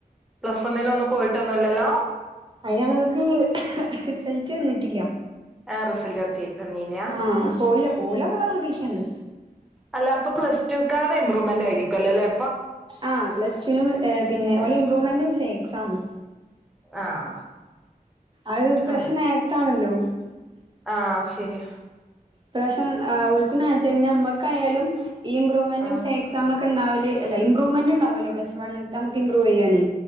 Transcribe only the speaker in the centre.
പ്ലസ് വണ്ണിലൊന്നും പോയിട്ടൊന്നുല്ലല്ലോ?
ഏ റിസൾട് ഒത്തി വന്നീലാ?
അല്ല അപ്പൊ പ്ലസ്ടുക്കാറെ ഇമ്പ്രൂവ്മെന്റ് ആയിരിക്കല്ലൊ ല്ലേ?
ആഹ്.
അതെ
ആഹ് ശരിയാ.
ആഹ്